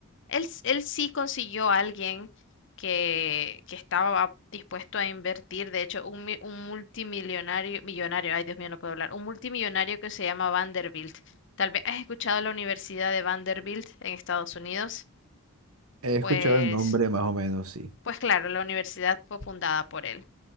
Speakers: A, on the left; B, on the right.
A: él, s- él sí consiguió a alguien que, que estaba dispuesto a invertir, de hecho, un, mi- un multimillonario, millonario, ay Dios mío, no puedo hablar, un multimillonario que se llama Vanderbilt. Tal vez has escuchado la Universidad de Vanderbilt en Estados Unidos,
B: He escuchado
A: pues,
B: el nombre más o menos, sí.
A: pues claro, la universidad fue fundada por él.